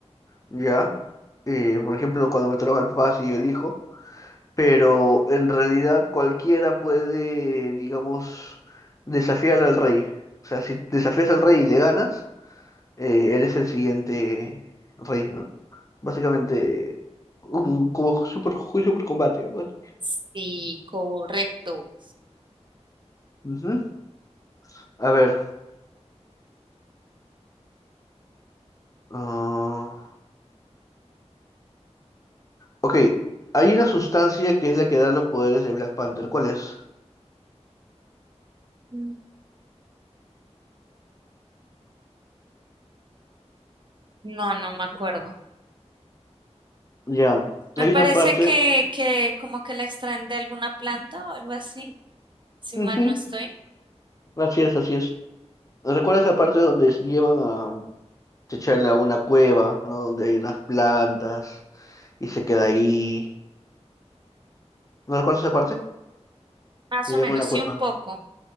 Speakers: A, on the left; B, on the right.
A: ¿ya? Eh, por ejemplo, cuando me toca el papá, sí yo elijo, pero en realidad cualquiera puede, digamos, desafiar al rey. O sea, si desafías al rey y le ganas, eh, eres el siguiente rey, ¿no? Básicamente, un, como super, juicio por combate. algo así.
B: Sí, correcto.
A: Ujú. A ver. ah, ok, hay una sustancia que es la que da los poderes de Black Panther. ¿Cuál es?
B: Mm. No, no me acuerdo.
A: Ya,
B: Me
A: hay
B: parece
A: una parte.
B: que, que como que la extraen de alguna planta o algo así, si
A: ujú,
B: mal no estoy.
A: Así es, así es. ¿Recuerdas la parte donde se llevan a T'Challa a una cueva, ¿no? Donde hay unas plantas y se queda ahí. ¿No recuerdas esa parte?
B: Más
A: Se
B: o
A: llevan
B: menos,
A: a una
B: sí,
A: cueva.
B: un poco.